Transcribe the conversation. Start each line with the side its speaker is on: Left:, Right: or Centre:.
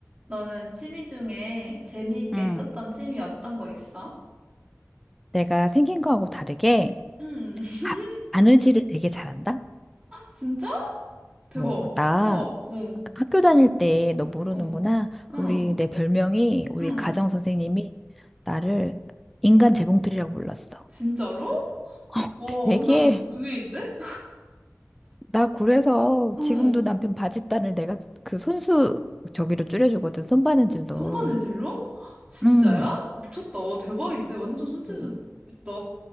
Right: 너는 취미 중에 재미있게
Centre: 응,
Right: 했었던 취미 어떤 거 있어?
Centre: 내가 생긴 거하고 다르게
Right: 응. <laughs>
Centre: 바, 바느질을 되게 잘한다?
Right: 진짜? 대박.
Centre: 어, 나
Right: 우와. 응.
Centre: 학- 학교 다닐 때 너 모르는구나.
Right: 응. 응.
Centre: 우리 내 별명이 우리
Right: 응.
Centre: 가정 선생님이 나를 인간 재봉틀이라고 불렀어.
Right: 진짜로?
Centre: <laughs>
Right: 와, 완전
Centre: 되게
Right: 의외인데?
Centre: 나 그래서
Right: 어.
Centre: 지금도 남편 바짓단을 내가 그 손수 저기로 줄여주거든. 손바느질로.
Right: 손반의질로 진짜야?
Centre: 응. 음,
Right: 미쳤다. 와, 대박인데? 완전 손재주
Centre: 음.
Right: 있다.